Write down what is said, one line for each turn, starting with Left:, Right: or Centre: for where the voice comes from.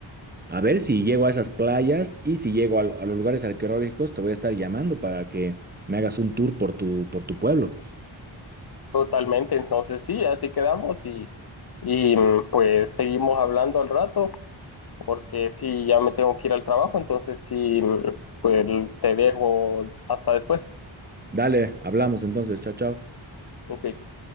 Right: a ver si llego a esas playas y si llego a, lo- a los lugares arqueológicos, te voy a estar llamando para que me hagas un tour por tu, por tu pueblo.
Left: Totalmente, entonces sí, así quedamos y, y mm, pues seguimos hablando al rato, porque sí, ya me tengo que ir al trabajo, entonces sí, mm, pues te dejo hasta después.
Right: Dale, hablamos entonces. Chao, chao.
Left: Ok.